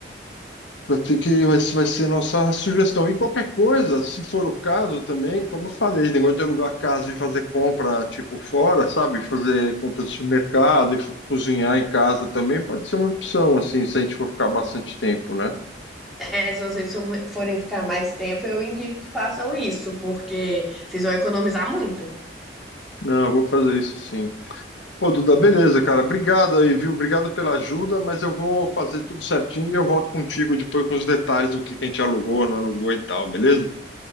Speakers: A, on the left; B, in the centre.
A: Vai ter que, vai, vai ser nossa sugestão. E qualquer coisa, se for o caso também, como eu falei, negócio de alugar casa e fazer compra, tipo, fora, sabe? Fazer compra de supermercado e f- cozinhar em casa também pode ser uma opção, assim, se a gente for ficar bastante tempo, né?
B: É, se vocês so- forem ficar mais tempo, eu indico que façam isso, porque vocês vão economizar muito.
A: Não, eu vou fazer isso sim. Pô, Duda, beleza, cara. Obrigado aí, viu? Obrigado pela ajuda, mas eu vou fazer tudo certinho e eu volto contigo depois com os detalhes do que que a gente alugou, não alugou e tal, beleza?